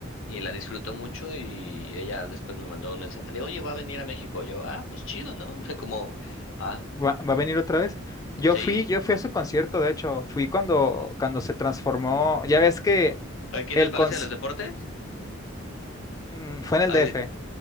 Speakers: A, on the left; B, on the left.
A: y la disfrutó mucho y ella después me mandó un mensaje de, oye, va a venir a México. Yo, ah, pues chido, ¿no? <laughs> Como, ah,
B: va, va a venir otra vez. Yo
A: sí.
B: fui, yo fui a su concierto, de hecho, fui cuando, cuando se transformó, ya ves que
A: Aquí en
B: el,
A: el Palacio
B: conci-
A: de los Deportes.
B: mm, fue en
A: Ay,
B: el DF,